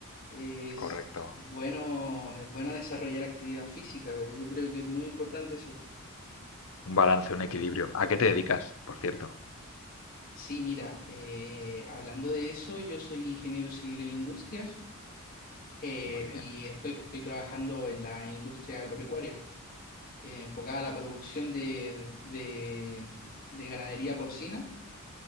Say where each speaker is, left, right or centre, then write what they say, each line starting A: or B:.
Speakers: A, on the left; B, on the left.
A: Es,
B: Correcto.
A: es bueno, es bueno desarrollar actividad física. ¿eh? Yo creo que es muy importante eso.
B: Un balance, un equilibrio. ¿A qué te dedicas, por cierto?
A: Sí, mira, eh, hablando de eso, yo soy ingeniero civil en industrias eh,
B: Muy bien.
A: y estoy, estoy trabajando en la industria agropecuaria, eh, enfocada a la producción de, de- de ganadería porcina